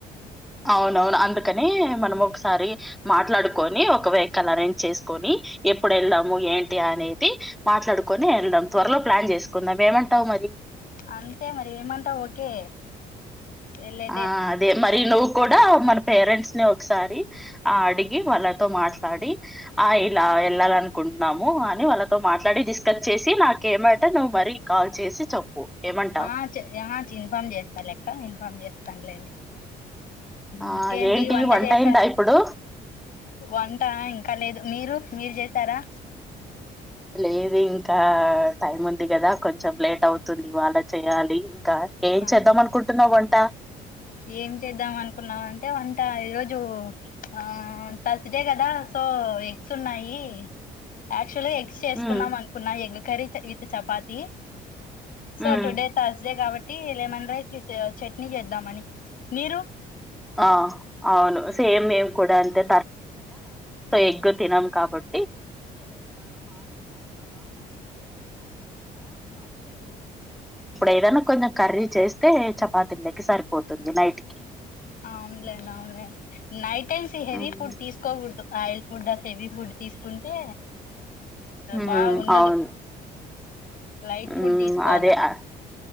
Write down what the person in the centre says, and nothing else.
అవునవును అంత అక్కనే మనం ఒకసారి మాట్లాడుకొని ఒక వెహికల్ అరేంజ్ చేసుకొని ఎప్పుడు ఎలాము ఏం అనేది మాట్లాడుకుొని వెల్దాం త్వరలో ప్లాన్ చేసుకుందాం ఏమంటావు మరి
ఆ అదే మరి నువ్వు కూడా మన పేరెంట్స్ ని ఒక్కసారి ఆ అడిగి వాళ్ళతో మాట్లాడి ఆ ఇలా వెళ్లాలా అనుకుంటున్నాము అని వాళ్ళతో మాట్లాడి డిస్కస్ చేసి నాకే మాట నువ్వు మరీ కాల్ చేసి చెప్పు ఏమంటావు
ఆ
ఏంటి
అయిందా ఇప్పుడు
లేదు ఇంకా టైం ఉంది కదా కొంచెం లేట్ అవుతుంది ఇవాళ చేయాలి కా ఏం
చేద్దాం అనుకుంటున్నావు వన్ ట
ఉమ్
ఉమ్
ఆ అవును సేమ్ మేం కూడా అంతే ఇప్పుడు ఏదన్నా కొంచెం కర్రీ చేస్తే చపాతీ లోకి సరిపోతుంది నైట్ కి
ఉమ్
ఉ
అవును
ఉ
అదే ఆ